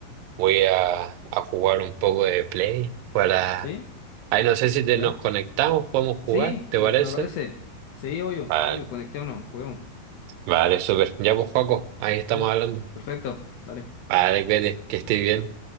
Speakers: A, on the right (about 80°); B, on the left (about 75°).
A: voy a, a jugar un poco de Play para...
B: ¿Sí?
A: Ay, no sé si te-
B: ¿Ya?
A: nos conectamos, podemos
B: Sí,
A: jugar, ¿te
B: m-
A: parece?
B: me parece. Sí, obvio,
A: Vale,
B: obvio, conectémonos, juguemos.
A: vale, súper. Ya pues, Joaco, ahí estamos
B: Ya, pues.
A: hablando.
B: Perfecto, dale.
A: Vale, vete, que estés bien.